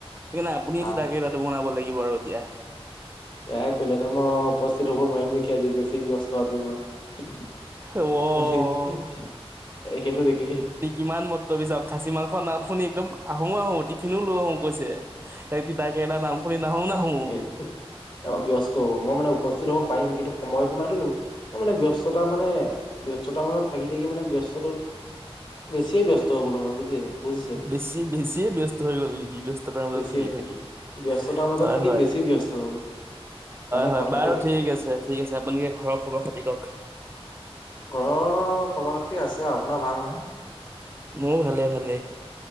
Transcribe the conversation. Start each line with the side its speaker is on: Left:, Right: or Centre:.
Right: সেইকাৰণে আপুনি
Left: হা
Right: তিতাৰকেৰেলাটো বনাব লাগিব আৰু এতিয়া।
Left: এয়াহে কৰিলানে মই উপস্থিত হ'ব নোৱাৰিম নেকি আজি বেছি ব্যস্ত আজি মই।
Right: অ'।
Left: আজি সেইটো দেখি।
Right: ইমান মৰ্তবি চাওঁক খাচী মাংসৰ নাম শুনি একদম আহো আহোঁ টিফিনো লৈ আহোঁ কৈছে। এতিয়া তিতাকেৰেলাৰ নাম শুনি নাহোঁ নাহোঁ।
Left: দিয়ক চোন ব্যস্ত হ'ব মই মানে উপস্থিত হ'ব পাৰিম কিন্তু সময়সীমাতো নি মই মানে ব্যস্ততা মানে। ব্যস্ততাৰ মাজত থাকি থাকি মানে ব্যস্ততটোত বেছিয়ে ব্যস্ত হৈ গলোঁ মই বুজি। বুজিছে
Right: বেছি বেছিয়ে ব্যস্ত হৈ গ'ল নেকি ব্যস্ততাৰ মাজত
Left: বেছিয়ে
Right: থাকি থাকি।
Left: ব্যস্ততাৰ মাজত
Right: হয়
Left: থাকি
Right: হয়
Left: বেছি ব্যস্ত হৈ গ'লো মানে
Right: হয়
Left: কথাটো
Right: বাৰু ঠিক আছে। ঠিক আছে আপুনি এতিয়া ঘৰৰ খবৰ খাতি কওঁক
Left: ঘৰৰ খবৰ খাতি আছে আপোনাৰ ভাল নহয়?
Right: মোৰ ভালে ভালে